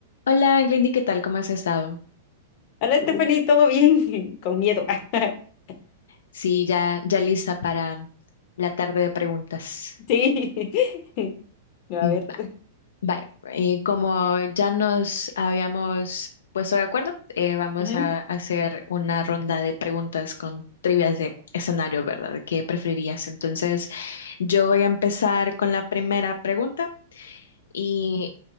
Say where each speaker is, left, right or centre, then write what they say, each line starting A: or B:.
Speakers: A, on the left; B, on the left.
A: Hola, Glendy, ¿qué tal? ¿Cómo has estado?
B: Hola, Stephanie, ¿todo bien? <laughs> Con miedo. <laughs>
A: Sí, ya, ya lista para la tarde de preguntas.
B: Sí. <laughs> A
A: Mm,
B: ver.
A: va- Vaya, eh, como ya nos habíamos puesto de acuerdo, eh, vamos
B: Ujú.
A: a hacer una ronda de preguntas con trivias de escenario, ¿verdad? ¿De ¿Qué preferirías? Entonces, yo voy a empezar con la primera pregunta Y